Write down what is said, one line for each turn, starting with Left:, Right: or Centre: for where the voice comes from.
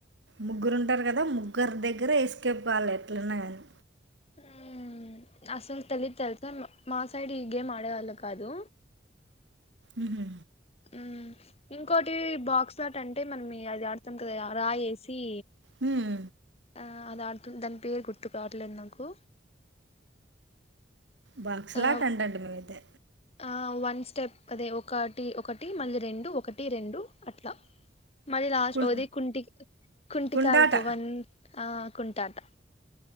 Right: ముగ్గురు ఉంటారు కదా! ముగ్గురు దగ్గర ఎస్కేప్ కావాల ఎట్లన్నా గానీ.
Left: మ్ మ్ మ్ అసలు తెలిదు తెలుసా? మా సైడ్ ఈ గేమ్ ఆడేవాళ్లు కాదు.
Right: ఉహు
Left: మ్మ్ ఇంకోటి బాక్స్ ఆట అంటే మనం <unintelligible> అది ఆడతాం కదా రాయేసి.
Right: మ్మ్
Left: ఆ అది ఆడుతం దాని పేరు గుర్తుకు రావట్లేదు నాకు.
Right: బాక్స్
Left: ఆ
Right: లాట అంటాంటిమి మేమైతే
Left: ఆ వన్ స్టెప్ అదే ఒకటి ఒకటి మళ్ళీ రెండు, ఒకటి. టి, రెండు అట్లా మరి లాస్ట్
Right: కుం
Left: ఒకది కుంటి, కుంటికాల్తో
Right: కుంటాట
Left: వన్. ఆ కుంటాట